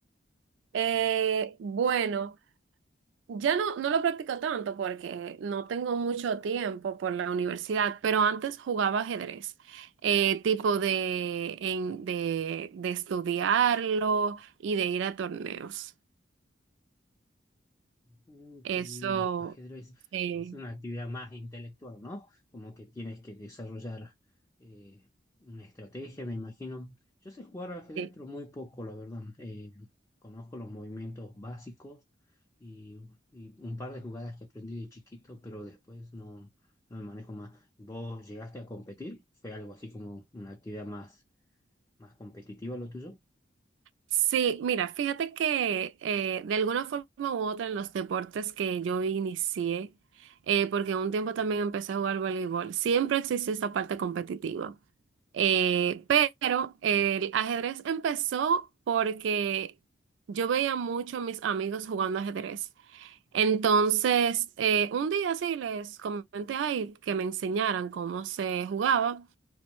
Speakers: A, on the right (about 80°); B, on the left (about 15°).
A: Eh, bueno, ya no, no lo practico tanto porque no tengo mucho tiempo por la universidad, pero antes jugaba ajedrez, eh, tipo de, en- de, de estudiarlo y de ir a torneos.
B: Mm,
A: Eso,
B: qué lindo. Ajedrez
A: sí,
B: es una actividad más intelectual, ¿no? Como que tienes que desarrollar eh, una estrategia, me imagino. Yo sé jugar al ajedrez,
A: sí.
B: pero muy poco, la verdad. Eh, conozco los movimientos básicos y, y un par de jugadas que aprendí de chiquito, pero después no, no me manejo más. ¿Vos llegaste a competir? ¿Fue algo así como una actividad más, más competitiva lo tuyo?
A: Sí, mira, fíjate que eh, de alguna forma u otra en los deportes que yo inicié, eh, porque un tiempo también empecé a jugar voleibol, siempre existe esta parte competitiva. Eh, pero el ajedrez empezó porque yo veía mucho a mis amigos jugando ajedrez. Entonces, eh, un día sí les comenté ay, que me enseñaran cómo se jugaba